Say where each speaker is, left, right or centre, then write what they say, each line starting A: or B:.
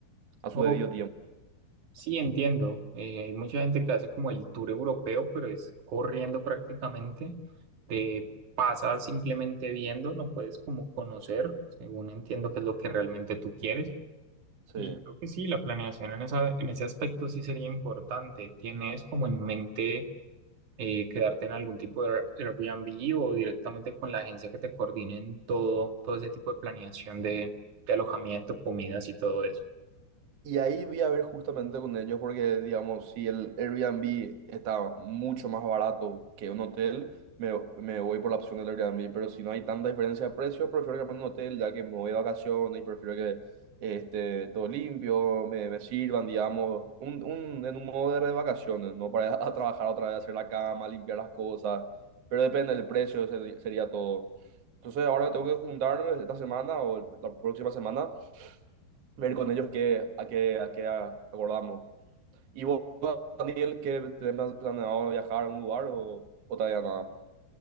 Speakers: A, on the right; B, on the right.
A: a su
B: Ok.
A: debido tiempo.
B: Sí, entiendo. Eh, hay mucha gente que hace como el tour europeo, pero es corriendo prácticamente. De pasa simplemente viendo, no puedes como conocer, según entiendo que es lo que realmente tú quieres.
A: Sí.
B: Y creo que sí, la planeación en esa, en ese aspecto sí sería importante. ¿Tienes como en mente eh, quedarte en algún tipo de Airbnb o directamente con la agencia que te coordine en todo, todo ese tipo de planeación de, de alojamiento, comidas y todo eso?
A: Y ahí vi a ver justamente con ellos porque, digamos, si el Airbnb está mucho más barato que un hotel, me, me voy por la opción del Airbnb. Pero si no hay tanta diferencia de precio, prefiero quedarme en un hotel ya que me voy de vacaciones y prefiero que este todo limpio, me, me sirvan, digamos, un, un, en un modo de vacaciones, no para <laughs> ir a trabajar otra vez, hacer la cama, limpiar las cosas. Pero depende del precio, se- sería todo. Entonces ahora tengo que juntarme esta semana o el- la próxima semana ver con ellos qué, a qué, a qué acordamos. ¿Y vos, Daniel, qué tenés planeado viajar a un lugar o, o todavía nada?